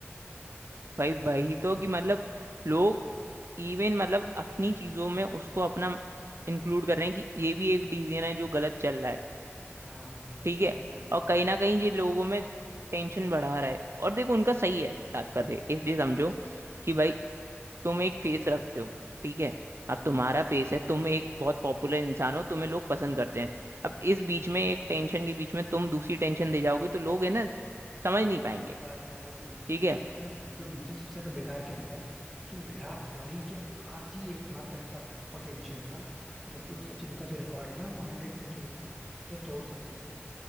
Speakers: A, on the right; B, in the centre.
A: भाई
B: है
A: वही
B: कि नहीं यार
A: तो कि मतलब लोग इवन मतलब अपनी चीजों में उसको अपना इंक्लूड कर रहे हैं कि ये भी एक डिसीजन है जो गलत चल रहा है
B: हाँ
A: ठीक है
B: यही चीज है
A: और कहीं ना कहीं ये लोगों में टेंशन बढ़ा रहा है और देखो उनका सही है तात्पर्य इफ ये समझो कि भाई तुम एक फेस रखते हो ठीक है
B: हाँ
A: अब तुम्हारा
B: हाँ
A: फेस है तुम एक बहुत पॉपुलर इंसान हो तुम्हें लोग पसंद करते हैं अब इस बीच में एक टेंशन के बीच में तुम दूसरी टेंशन दे जाओगे तो लोग है ना समझ नहीं पाएंगे
B: सही बात है वही चीज है अच्छा
A: ठीक है
B: पता है मतलब मुझे सबसे तो बेकार क्या लग रहा है कि विराट कोहली के पास ही एकमात्र ऐसा पोटेंशियल था जो कि वो सचिन का जो रिकॉर्ड है ना वो हंड्रेड सेंचुरीज का जो तोड़ सकता था